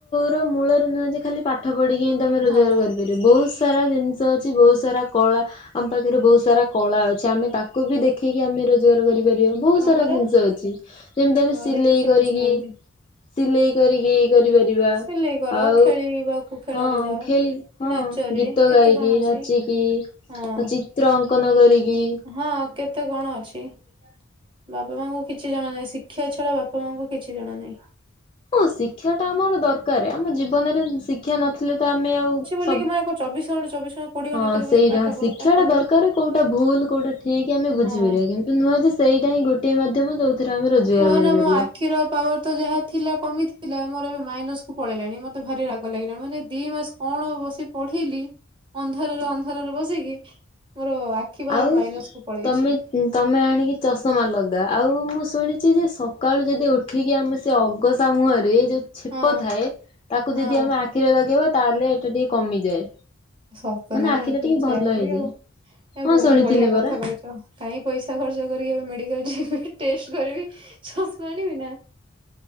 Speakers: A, on the left (about 25°); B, on the right (about 25°).
A: ର ମୂଳରେ ନୁହେଁ ଯେ ଖାଲି ପାଠ ପଢିକି ହିଁ ତମେ ରୋଜଗାର
B: ହଁ
A: କରିପାରି ବୋହୁତ ସାରା ଜିନିଷ ଅଛି ବୋହୁତ ସାରା କଳା ଆମ ପାଖରେ ବୋହୁତ ସାରା କଳା ଅଛି ଆମେ ତାକୁ ବି ଦେଖେଇକି ଆମେ ରୋ ଜଗାର କରିପାରିବା ବୋହୁତ
B: ହଁ
A: ସାରା
B: ପରା
A: ଜିନଷ ଅଛି ଯେମିତି ଆମେ
B: ଘରେ
A: ସିଲେଇ
B: କିଛି
A: କରିକି
B: ବୁଝୁନାହାନ୍ତି
A: ସିଲେଇ କରିକି କରିପାରିବା
B: ସିଲେଇ କର
A: ଆଉ
B: ଖେଳିବାକୁ ଖେଳରେ
A: ହଁ
B: ଯାଅ
A: ଖେଳିବା ହଁ
B: ନାଚରେ
A: ଗୀତ
B: କେତେ
A: ଗାଇକି,
B: କଣ ଅଛି
A: ନାଚିକି ଆଉ
B: ହଁ
A: ଚିତ୍ର ଅଙ୍କନ କରିକି।
B: ହଁ କେତେ କଣ ଅଛି। ବାପା ମାଆଙ୍କୁ କିଛି ଜଣା ନାହିଁ ଶିକ୍ଷା ଛଡା ବାପା ମାଆଙ୍କୁ କିଛି ଜଣା ନାହିଁ।
A: ହଁ ଶିକ୍ଷାଟା ଆମର ଦରକାରେ ଆମ ଜୀବନରେ ଶିକ୍ଷା ନଥିଲେ ତ ଆମେ ଆଉ
B: ନୁହେଁ
A: ସବୁ
B: କି ମୁଁ ଆଉ କଣ ଚବିଶ ଘଣ୍ଟା ଚବିଶ ଘଣ୍ଟା କୋଡିଏ ଘଣ୍ଟା
A: ହଁ
B: ଖାଲି
A: ସେଇଟା
B: ବସି ପାଠ
A: ଶିକ୍ଷାଟା
B: ପଢ ପାଠ ପଢ।
A: ଦରକାରେ କୋଉଟା ଭୁଲ କୋଉଟା ଠିକ୍ ଆମେ ବୁଝିପାରିବା
B: ହଁ।
A: କିନ୍ତୁ ନୁହଁ ଯେ ସେଇଟା ହିଁ ଗୋଟିଏ ମାଧ୍ୟମ ଯୋଉଥିରେ ଆମେ ରୋଜଗାର
B: କୁହନା
A: କରିପାରିବା।
B: ମୋ ଆଖିର ପାୱାର ତ ଯାହା ଥିଲା କମିଥିଲା ମୋର ଏବେ ମାଇନସକୁ ପଳେଇଲାଣି ମତେ ଭାରି ରାଗ ଲାଗିଲାଣି ମାନେ ଦିଇ ମାସ କଣ ବସି ପଢିଲି ଅନ୍ଧାରରେ ଅନ୍ଧାରରେ ବସିକି ମୋର ଆଖି
A: ଆଉ
B: ମାଇନସକୁ ପଳେଇଛି।
A: ତମେ ତମେ ଆଣିକି ଚଷମା ଲଗା ଆଉ ମୁଁ ଶୁଣିଚି ଯେ ସକାଳୁ ଯଦି ଉଠିକି ଆମେ ସେ ଅଘସା ମୁହଁରେ ଯୋଉ ଛେପ
B: ହଁ।
A: ଥାଏ ତାକୁ
B: ହଁ
A: ଯଦି ଆମେ ଆଖିରେ ଲଗେଇବା ତାହେଲେ ଏଟା ଟିକେ କମିଯାଏ।
B: ସତ
A: ମାନେ
B: ନା କଣ
A: ଆଖିଟା
B: ଏଥରୁ
A: ଟିକେ
B: ମୁଁ ସେୟା
A: ଭଲ
B: କରିବି
A: ହେଇଯାଏ
B: ଆଉ। ଏ
A: ହଁ
B: ଭୋଉଣୀ
A: ଶୁଣିଥିଲି
B: ବଢ଼ିଆ କଥା
A: ପରା
B: କୋହିଚ କାଇଁ ପଇସା ଖର୍ଚ୍ଚ କରିକି ଏବେ ମେଡିକାଲ ଯିବି। ଟେଷ୍ଟ କରିବି ଚସମା ଆଣିବି ନା